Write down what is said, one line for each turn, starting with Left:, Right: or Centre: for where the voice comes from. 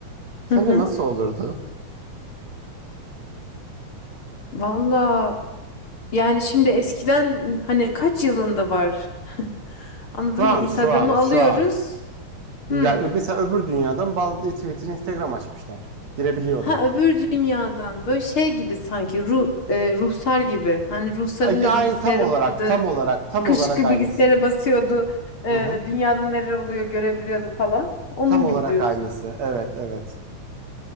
Right: Sence
Left: Hı hı.
Right: nasıl olurdu?
Left: Valla yani şimdi eskiden hani kaç yılında var? Anladın
Right: Şu an,
Left: mı? Instagram'ı
Right: şu an, şu
Left: alıyoruz.
Right: an. Ya
Left: Hı.
Right: ö- mesela öbür dünyadan bazı Twitter, Instagram açmışlar. Girebiliyorlar.
Left: Ha öbür dünyadan böyle şey gibi sanki ruh, e, ruhsar gibi. Hani ruhsarın
Right: Ay,
Left: da
Right: ay,
Left: bilgisayarı
Right: tam olarak,
Left: vardı.
Right: tam olarak, tam
Left: Şıkır
Right: olarak
Left: şıkır
Right: aynısı.
Left: bilgisayara basıyordu. E,
Right: Hı hı.
Left: dünyada neler oluyor görebiliyordu falan. Onun
Right: Tam olarak
Left: gibi diyorsun.
Right: aynısı. Evet, evet.